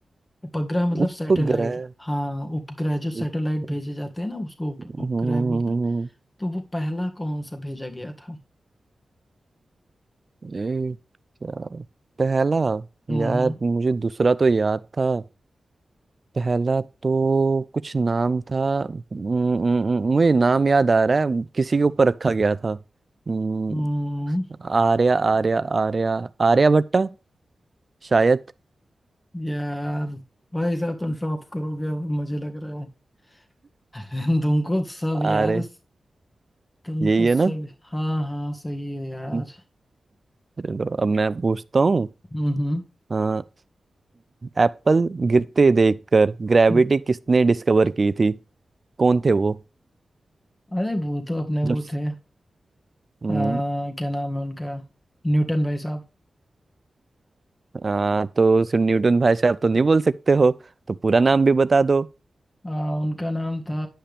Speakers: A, on the left (about 25°); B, on the right (about 45°).
A: उपग्रह मतलब
B: उपग्रह
A: सैटेलाइट हाँ उपग्रह जो सैटेलाइट
B: <laughs>
A: भेजे जाते हैं ना उसको उप, उपग्रह
B: हम्म,
A: बोलते हैं तो वो पहला कौन सा भेजा गया था
B: ये क्या पहला
A: हम्म
B: यार
A: हम्म
B: मुझे दूसरा तो याद था पहला तो कुछ नाम था हम्म, हम्म, मुझे नाम याद आ रहा है किसी के ऊपर रखा गया था हम्म,
A: हम्म,
B: आर्या आर्या आर्या आर्यभट्टा शायद
A: यार भाई साहब तुम टॉप करोगे अब मुझे लग रहा है <laughs> तुमको सब याद
B: आर्य
A: तुमको
B: यही है
A: सब
B: ना
A: हाँ हाँ सही है यार
B: हम्म, चलो अब मैं पूछता हूँ
A: हम्म हम्म
B: हाँ एप्पल गिरते देखकर ग्रेविटी
A: हम्म।
B: किसने डिस्कवर की थी कौन थे वो
A: अरे वो तो अपने
B: जब
A: वो थे आ,
B: हम्म,
A: क्या नाम है उनका न्यूटन भाई साहब
B: आ, तो सिर्फ न्यूटन भाई साहब तो नहीं बोल सकते हो तो पूरा नाम भी बता दो
A: आ, उनका नाम था